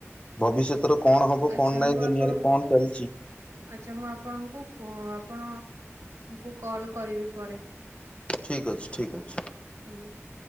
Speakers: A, on the left; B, on the right.
A: ଭବିଷ୍ୟତରେ କଣ ହବ
B: ଆଚ୍ଛା
A: କଣ ନାହିଁ
B: ମୁଁ
A: ଦୁନିଆରେ
B: ଆପଣଙ୍କୁ
A: କଣ ଚାଲିଛି
B: ଆଚ୍ଛା ମୁଁ ଆପଣଙ୍କୁ କୁଁ ଆପଣ ଙ୍କୁ କଲ କରିବି ପରେ।
A: ଠିକ୍ ଅଛି ଠୀକ ଅଛି।
B: ଆଜ୍ଞା।